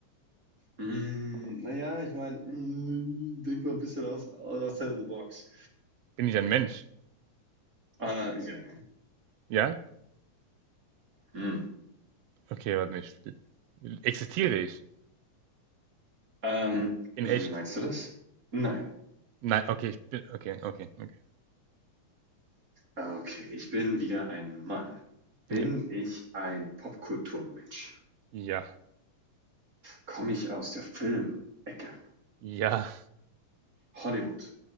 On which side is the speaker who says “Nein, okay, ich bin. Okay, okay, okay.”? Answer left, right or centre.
Right